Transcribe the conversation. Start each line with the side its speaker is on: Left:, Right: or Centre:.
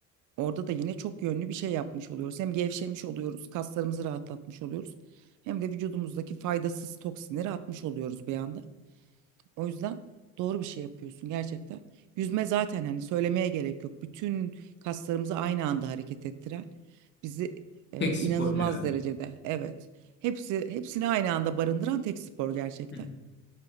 Right: Orada da yine çok yönlü bir şey yapmış oluyoruz. Hem gevşemiş oluyoruz, kaslarımızı rahatlatmış oluyoruz. Hem de vücudumuzdaki faydasız toksinleri atmış oluyoruz bir anda. O yüzden doğru bir şey yapıyorsun gerçekten. Yüzme zaten hani söylemeye gerek yok. Bütün kaslarımızı aynı anda hareket ettiren bizi e,
Left: tek spor
Right: inanılmaz
Left: herhalde.
Right: derecede evet. Hepsi hepsini aynı anda barındıran tek spor gerçekten.
Left: <laughs>